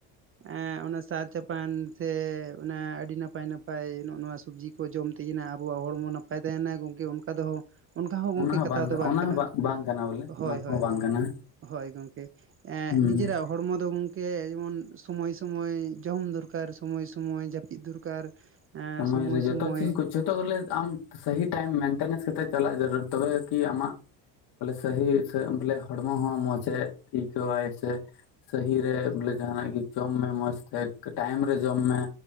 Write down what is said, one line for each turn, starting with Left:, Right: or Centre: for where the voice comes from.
Right: ᱮᱸ ᱚᱱᱟ ᱥᱟᱨ ᱪᱟᱯᱟᱱ ᱥᱮ ᱚᱱᱟ ᱟᱹᱰᱤ ᱱᱟᱯᱟᱭᱼᱱᱟᱯᱟᱭ ᱱᱚᱜ ᱱᱚᱣᱟ ᱥᱩᱵᱽᱡᱤᱠ ᱠᱚ ᱡᱚᱢ ᱛᱮᱜᱤᱱᱟ ᱟᱵᱚᱣᱟᱜ ᱦᱚᱲᱢᱚ ᱱᱟᱯᱟᱭ ᱛᱟᱦᱮᱱᱟ ᱜᱚᱝᱠᱮ ᱚᱱᱠᱟ ᱫᱚᱦᱚ ᱚᱱᱠᱟ ᱦᱚᱸ ᱜᱚᱝᱠᱮ
Left: ᱚᱱᱟ
Right: ᱠᱟᱛᱷᱟ ᱫᱚ ᱵᱟᱝ
Left: ᱚᱱᱟ
Right: ᱠᱟᱱᱟ,
Left: ᱦᱚᱸ ᱵᱟᱝ ᱠᱟᱱᱟ ᱵᱚᱞᱮ
Right: ᱦᱳᱭ
Left: ᱚᱱᱟ ᱠᱚᱦᱚᱸ
Right: ᱦᱳᱭ
Left: ᱵᱟᱝ
Right: ᱦᱳᱭ᱾
Left: ᱠᱟᱱᱟ
Right: ᱦᱳᱭ ᱜᱚᱝᱠᱮ ᱮᱸᱻ
Left: ᱦᱩᱸ
Right: ᱱᱤᱡᱮᱨᱟᱜ ᱦᱚᱲᱢᱚ ᱫᱚ ᱜᱚᱝ- ᱠᱮ ᱡᱮᱢᱚᱱ ᱥᱚᱢᱚᱭᱼᱥᱚᱢᱚᱭ ᱡᱚᱢ ᱫᱚᱨᱠᱟᱨ ᱥᱚᱢᱚᱭᱼᱥᱚᱢᱚᱭ ᱡᱟᱹᱯᱤᱫ ᱫᱚᱨᱠᱟᱨ, ᱮᱸ
Left: ᱥᱚᱢᱚᱭ ᱨᱮ ᱡᱚᱛᱚ
Right: ᱥᱚᱢᱚᱭ
Left: ᱪᱤᱡᱽ ᱠᱚ ᱡᱷᱚᱛᱚ ᱜᱚᱞᱮ ᱟᱢ ᱥᱟᱹᱦᱤᱛ ᱴᱟᱹᱭᱤᱢ ᱢᱮᱱᱴᱮᱱᱮᱥ ᱠᱟᱛᱮ ᱪᱟᱞᱟᱜ ᱡᱟᱹᱨᱩᱲ, ᱛᱚᱵᱮ ᱠᱤ ᱟᱢᱟᱜ ᱵᱚᱞᱮ ᱥᱟᱹᱦᱤ ᱥᱮ ᱵᱚᱞᱮ ᱦᱚ ᱦᱚᱲᱢᱚ ᱦᱚᱸ ᱢᱚᱡᱽ ᱮ ᱟᱹᱭᱠᱟᱹᱣᱟᱭ ᱥᱮ ᱥᱟᱹᱦᱤ ᱨᱮ ᱵᱚᱞᱮ ᱡᱟᱦᱟᱸᱱᱟᱜ ᱜᱮ ᱡᱚᱢ ᱢᱮ ᱢᱚᱸᱡᱽ ᱛᱮ, ᱠᱮ ᱴᱟᱭᱤᱢ ᱨᱮ ᱡᱚᱢ ᱢᱮ